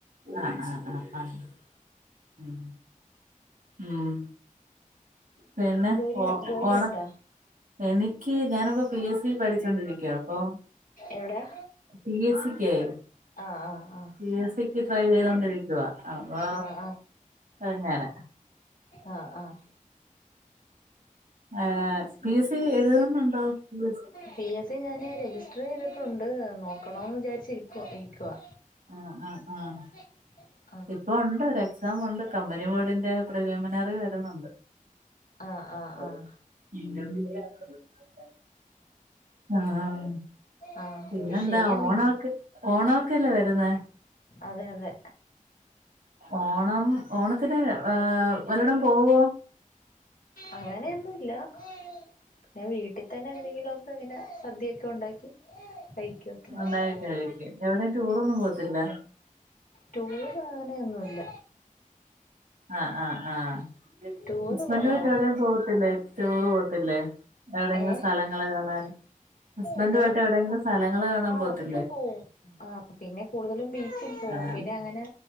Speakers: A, on the right (about 75°); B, on the left (about 80°).
A: ആഹ് ആഹ് ആഹ് ആഹ് ഉം ഉം പിന്നെ
B: ജോലി
A: ഓ
B: ജോലി
A: ഓണ
B: ഉണ്ടോ
A: എനിക്ക് ഞാനിപ്പ പി എസ് സി പഠിച്ചോണ്ടിരിക്ക അപ്പം
B: എവിടെയാ
A: പി എസ് സിക്കേ
B: ആഹ് ആഹ് ആഹ്
A: പി എസ് സിക്ക് ട്രൈ ചെയ്തോണ്ടിരിക്കുവാ അപ്പൊ
B: ആഹ് ആഹ്
A: അങ്ങനെ
B: ആഹ് ആഹ്
A: ഏഹ് പി എസ് സി എഴുതുന്നുണ്ടോ P S C
B: P S C ഞാന് രജിസ്റ്റർ ചെയ്തിട്ടുണ്ട് നോക്കണന്ന് വിചാരിച്ചിരിക്കുവാ ഇരിക്കുവാ
A: ആഹ് ആഹ് ആഹ്
B: <inaudible>
A: ഇപ്പൊ ഉണ്ട് ഒരു എക്സാം ഉണ്ട് കമ്പനി ബോർഡിന്റെ പ്രിലിമിനറി വരുന്നുണ്ട്.
B: ആഹ് ആഹ്
A: ഉം
B: ആഹ്
A: ഇന്റർവ്യൂ <unintelligible> ആഹ് ആഹ്
B: ആഹ്
A: പിന്നെന്താ
B: ശരിയെന്നീ
A: ഓണോക്ക് ഓണോക്കല്ലേ വരുന്നേ
B: അതെ അതെ
A: ഓണം ഓണത്തിന് ഏഹ് വല്ലടം പോവോ?
B: അങ്ങനെയൊന്നുംല്ല പിന്നെ വീട്ടിൽ തന്നെ എന്തെങ്കിലുമൊക്കെ ഇങ്ങനെ സദ്യൊക്കെ ഉണ്ടാക്കി വൈക്കോ ക്രാവിങ്
A: ഉണ്ടാക്കി കഴിക്കും എവിടെയും ടൂറൊന്നും പോവത്തില്ല
B: ടൂർ അങ്ങനെയൊന്നുല്ല
A: ആഹ് ആഹ് ആഹ്
B: ടൂറ്
A: ഹസ്ബന്റെ
B: കൊറവാ
A: വീട്ട്കാരും പോവത്തില്ലേ ടൂറ് പോവത്തില്ലേ എവിടെങ്കിലും
B: ഏഹ്
A: സ്ഥല ങ്ങള് കാണാന് ഹസ്ബൻഡുമായിട്ട്
B: എന്തോ
A: എവിടെയെങ്കിലും സ്ഥലങ്ങള് കാണാൻ
B: ആഹ്
A: പോവത്തില്ലേ
B: അതൊക്കെ പോവും ആഹ് പിന്നെ കൂടുതലും ബീച്ചും പോവും
A: ആഹ്
B: പിന്നെ അങ്ങനെ